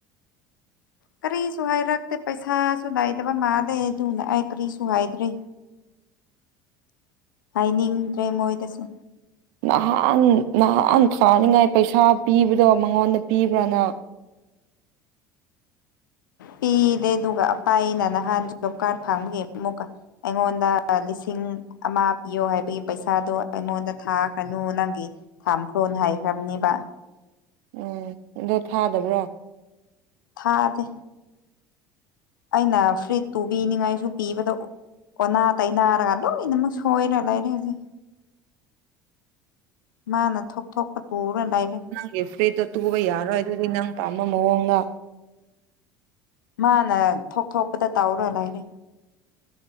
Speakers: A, on the left; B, on the right.
A: ꯀꯔꯤꯁꯨ ꯍꯥꯏꯔꯛꯇꯦ ꯄꯩꯁꯥꯁꯨ ꯅꯥꯏꯗꯕ ꯃꯥꯗꯦ ꯑꯗꯨꯅ ꯑꯩ ꯀꯔꯤꯁꯨ ꯍꯥꯏꯗ꯭ꯔꯔꯤ ꯍꯥꯏꯅꯤꯡꯗ꯭ꯔꯦ ꯃꯣꯏꯗꯁꯨ
B: ꯅꯍꯥꯟ ꯅꯍꯥꯟ ꯊꯥꯅꯤꯉꯥꯏ ꯄꯩꯁꯥ ꯄꯤꯕꯗꯣ ꯃꯉꯣꯟꯗ ꯄꯤꯕ꯭ꯔꯥꯅ
A: ꯄꯤꯗꯦ ꯑꯗꯨꯒ ꯑꯄꯥ ꯑꯅ ꯅꯍꯥꯟ ꯖꯣꯕ ꯀꯥꯔꯠ ꯐꯥꯡꯕꯒꯤ ꯑꯃꯨꯛꯀ ꯑꯩꯉꯣꯟꯗ ꯂꯤꯁꯤꯡ ꯑꯃ ꯄꯤꯌꯣ ꯍꯥꯏꯕꯒꯤ ꯄꯩꯁꯥꯗꯣ ꯑꯩꯉꯣꯟꯗ ꯊꯥꯈ꯭ꯔꯅꯨ ꯅꯪꯒꯤ ꯊꯝꯈ꯭ꯔꯣ ꯍ ꯍꯥꯏꯈ꯭ꯔꯥꯕꯅꯦꯕ
B: ꯎꯝ ꯑꯗꯣ ꯊꯥꯗꯕ꯭ꯔꯣ
A: ꯊꯥꯗꯦ ꯑꯩꯅ ꯐ꯭ꯔꯤꯖꯇꯨ ꯄꯤꯅꯤꯡꯉꯥꯏꯁꯨ ꯄꯤꯕꯗ ꯑꯣꯅꯥ ꯇꯥꯏꯅꯔꯒꯂꯣ ꯏ ꯃꯛ ꯁꯣꯏꯔ ꯂꯥꯏꯔꯦ ꯍꯧꯖꯤꯦ ꯃꯥꯅ ꯊꯣꯛ ꯊ ꯊꯣꯛꯄ ꯇꯔꯦ ꯂꯥꯏꯔꯦ
B: ꯒ ꯐ꯭ꯔꯤ ꯇ ꯇꯨꯕ ꯌꯥꯔꯣꯏ ꯑꯗꯨꯗꯤ ꯅꯪ ꯄꯥꯝꯕ ꯃꯑꯣꯡꯗ
A: ꯃꯥꯅ ꯊꯣꯛ ꯊꯣꯛꯄꯗ ꯇꯧꯔ ꯂꯩꯔꯦ